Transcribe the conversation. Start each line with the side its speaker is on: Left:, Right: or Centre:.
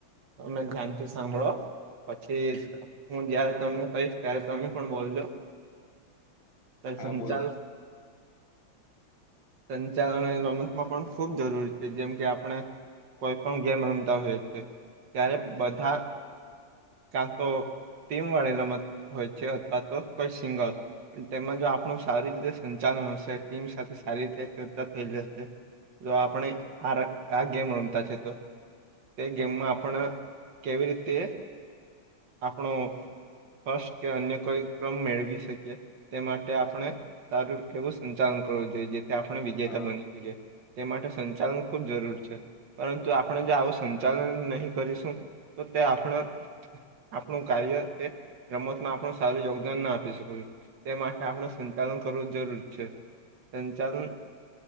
Right: તમે ધ્યાનથી સાંભળો પછી હું જયારે તમને કહીશ ત્યારે તમે પણ બોલજો
Left: હા
Right: સંચાલ
Left: બોલો.
Right: સંચાલન અને રોમચમાં પણ ખૂબ જરૂરી છે જેમ કે આપણે કોઈ પણ ગેમ રમતા હોય છે ત્યારે બધા કાં તો ટીમ વાળી રમત હોય છે અથવા તો કોઈ સિંગલ. તેમાં જો આપણું સારી રીતે સંચાલન હશે ટીમ સાથે સારી રીતે ચર્ચા થયેલી હશે. જો આપણે આર આ ગેમ રમ પછી તો તે ગેમમાં આપણ કેવી રીતે આપણો ફર્સ્ટ કે અન્ય કોઈ ક્રમ મેળવી શકીએ તે માટે આપણે સારું એવું સંચાલન કરવું જોઈએ જેથી આપણે વિજેતા
Left: હા
Right: બની શકીએ. તે માટે સંચાલન ખુબ જરૂરી છે. પરંતુ આપણે જે આવું સંચાલન નહી કરીશું તો તે આપણા આપણું કાર્ય કે રમતમાં આપણું સારું યોગદાન ના આપી શકો છું. તે માટે આપણે સંચાલન કરવું જરૂરી છે સંચાલન